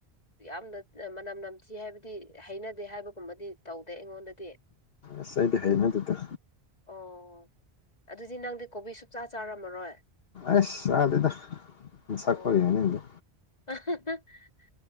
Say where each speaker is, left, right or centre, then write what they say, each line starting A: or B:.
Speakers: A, on the left (about 40°); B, on the left (about 65°).
A: ꯌꯥꯝꯅ ꯃꯅꯝ ꯅꯝꯊꯤ ꯍꯥꯏꯕꯗꯤ ꯍꯩꯅꯗꯦ ꯍꯥꯏꯕꯒꯨꯝꯕꯗꯤ ꯇꯧꯗꯦ ꯑꯩꯉꯣꯟꯗꯗꯤ
B: ꯑꯁ ꯑꯩꯗꯤ ꯍꯩꯏꯅꯗꯦꯗ꯫
A: ꯑꯣ ꯑꯗꯨꯗꯤ ꯅꯪꯗꯤ ꯀꯣꯕꯤ ꯁꯨꯛꯆꯥ ꯆꯥꯔꯝꯃꯔꯣꯏ꯫
B: ꯑꯁ ꯆꯥꯗꯦꯗ ꯃꯁꯛ
A: ꯑꯣ
B: ꯐꯥꯎ ꯌꯦꯡꯅꯤꯡꯗꯦ꯫
A: <unintelligible>